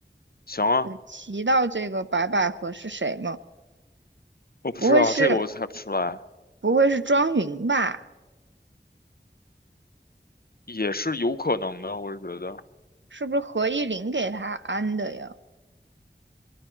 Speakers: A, on the left (about 55°); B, on the right (about 80°).
A: 行啊，
B: 有提到这个白百合是谁吗？
A: 我不知道，
B: 不会是
A: 这个我猜不出来，
B: 不会是庄云吧？
A: 也是有可能的，我是觉得
B: 是不是何一林给他安的呀？